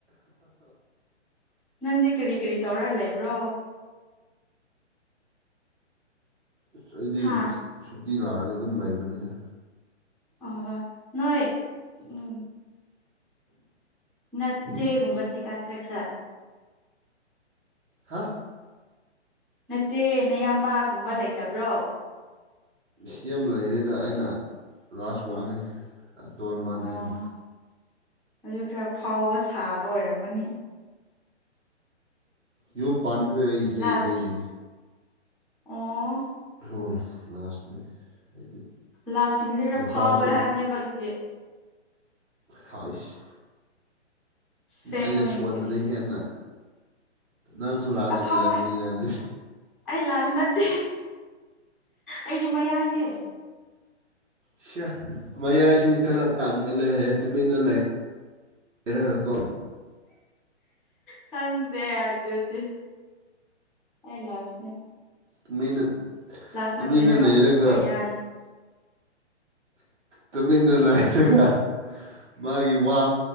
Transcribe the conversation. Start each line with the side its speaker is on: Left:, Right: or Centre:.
Centre: ꯅꯟ ꯀꯔꯤ ꯀꯔꯤ ꯇꯧꯔ ꯂꯩꯕ꯭ꯔꯣ
Right: ꯑꯁ ꯑꯩꯗꯤ
Centre: ꯍꯥ
Right: ꯁꯨꯇꯤ ꯂꯥꯛꯑꯒ ꯑꯗꯨꯝ ꯂꯩꯕꯅꯤꯗ
Centre: ꯑ ꯅꯣꯏ ꯎ ꯉꯠꯇꯦ ꯀꯨꯝꯕꯗꯤ ꯀꯥꯏ ꯆꯈ꯭ꯔ
Right: ꯍꯥ
Centre: ꯅꯆꯦ ꯅꯌꯥꯝꯕꯒꯨꯝꯕ ꯂꯩꯇꯕ꯭ꯔꯣ
Right: ꯁꯤ ꯑꯃ ꯂꯩꯔꯦꯗ ꯑꯩꯅ ꯂꯥꯁ ꯋꯥꯟꯅꯅꯤ ꯇꯣꯟꯕꯅꯅ
Centre: ꯑꯣ ꯑꯗꯨ ꯈꯔ ꯐꯥꯎꯕ ꯁꯥꯕ ꯑꯣꯏꯔꯝꯃꯅꯤ
Right: ꯌꯨꯝ ꯄꯥꯟꯈ꯭ꯔꯦ ꯑꯩ ꯏꯆꯦ
Centre: ꯂꯥꯁꯀꯤ
Right: ꯑꯩꯈꯣꯏꯗꯤ
Centre: ꯑꯣ
Right: ꯍ ꯂꯥꯁꯅꯤ ꯑꯩꯗꯤ
Centre: ꯂꯥꯁꯤꯡꯁꯦ ꯈꯔ
Right: ꯅꯨꯄꯥꯁꯨ
Centre: ꯐꯥꯎꯋꯦ ꯍꯥꯏꯕꯅꯦꯕ ꯑꯗꯨꯒꯤ
Right: ꯍꯥꯏꯏꯁ
Centre: ꯁꯦꯡꯉꯨꯅꯦ
Right: ꯑꯩꯅ ꯁꯣꯟꯕꯅ
Centre: ꯀꯔꯤ
Right: ꯍꯦꯟꯅ ꯅꯪꯁꯨ ꯂꯥꯁ
Centre: ꯑꯐꯥꯎꯕ
Right: ꯑꯣꯏꯔꯝꯒꯅꯤꯅꯗꯤ
Centre: ꯑꯩ ꯂꯥꯁ ꯅꯠꯇꯦ ꯑꯩꯗꯤ ꯃꯌꯥꯏꯅꯦ
Right: ꯁꯤ ꯃꯌꯥꯏꯁꯤꯅ ꯈꯔ ꯇꯥꯟꯕ ꯂꯩꯔꯦ ꯇꯨꯃꯤꯟꯅ ꯂꯩ ꯏꯩꯅꯒꯀꯣ
Centre: ꯈꯪꯗꯦ ꯑꯗꯨꯗꯤ ꯑꯩ ꯂꯥꯁꯅꯦ
Right: ꯇꯨꯃꯤꯟꯅ
Centre: ꯂꯥꯁ
Right: ꯇꯨꯃꯤꯟꯅ
Centre: ꯅꯠꯇꯦ ꯍꯥꯏꯕ
Right: ꯂꯩꯔꯒ
Centre: ꯃꯌꯥꯏꯅꯦ
Right: ꯇ ꯃꯅꯨ ꯂꯏꯑꯒꯥ ꯃꯥꯒꯤ ꯋꯥ